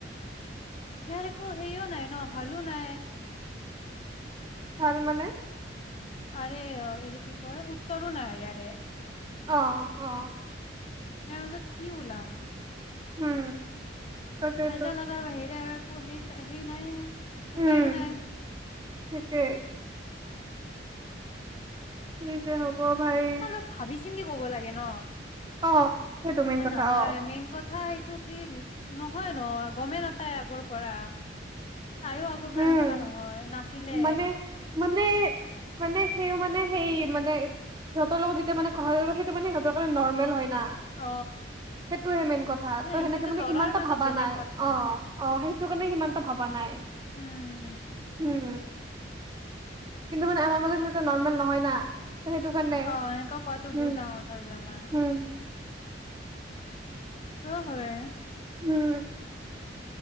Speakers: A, on the left; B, on the right.
A: ইাৰে এক হেইও নাই ন হালো নাই
B: ভাল মানে
A: আৰে এইটো কি ক উত্তৰো নাই আৰে
B: অ অ
A: নাই অ ত কি ওলাম
B: উম তাকেতো
A: সাজা লগাৰ বাহিৰে আৰু অ সেই সেই নাই উপায়ো
B: উম
A: নাই
B: থিকেই <unintelligible> যে হব অ ভাই
A: অলপ ভাবি চিন্তি ক'ব লাগে ন
B: অ সেইটোৱেতো মেইন
A: স
B: কথা
A: নহয়
B: অ
A: মেইন কথা এইটো কি নহয় নহ গমেই নাপায় আগৰ পৰা তাইও আগৰ পৰা
B: উম
A: সেনেকা নহয়, নাছিলে।
B: মানে মানে, মানে সেইও মানে সেই মানে সিহঁতৰ লগত যেতিয়া মানে, - কথাটো মানে, সেইটো মানে সিহঁতৰ কাৰণে নৰ্মেল হয় না
A: অ
B: সেইটোৱে মেইন কথা
A: সেইটোতো
B: ত', সেনেকে মানে
A: লৰাৰ
B: ইমানটা
A: মাজত
B: ভাবা
A: বেলেগ
B: নাই
A: কথা
B: অ', - অ ', সেইটো কাৰণে সিমানটা ভাবা নাই।
A: উম
B: উম', কিন্তু মানে আমাৰ মাজত সেনেকুৱা নৰ্মেল নহয় না। ত সেইটো কাৰণে
A: অ', এনেকুৱা কৰাতো
B: উম
A: বহুত ডাঙৰ কথা হৈ যাই আমাৰ।
B: উম
A: তো হয়ে।
B: উম',